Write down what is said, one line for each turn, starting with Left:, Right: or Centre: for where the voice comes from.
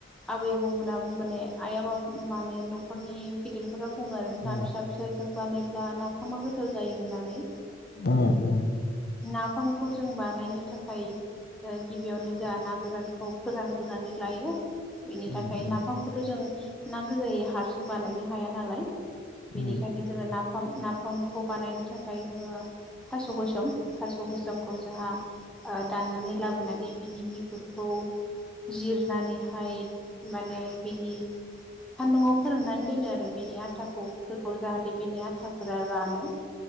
Centre: आबै आबौमोनहा माने आइ आबा माने न'खरनि गिदिरफोरा बुङो आरो
Left: औ
Centre: ना फिसा फिसाजों बानायोब्ला नाफामा गोथाव जायो होननानै
Left: ओ ओ
Centre: नाफामखौ जों बानायनो थाखाय ओ गिबियावनो जोहा ना गोरानखौ फोरानग्रोनानै लायो बिनि
Left: उम
Centre: थाखाय
Left: उम
Centre: नाफामखौथ' जों नांगो जायो हारसिं बानायनो हाया नालाय
Left: उम
Centre: बेनिखायनो
Left: उम
Centre: जोङो नाफाम-नाफामखौ बानायनो थाखाय जोङो थास' जों थास' गोसोमखौ जोंहा दाननानै लाबोनानै बिनि बिगुरखौ जिरनानैहाय माने बिनि सान्दुङाव फोराननानै दोनो आरो बिनि आथाखौ फोरखौ जाहाथे बिनि आथाफोरा रानो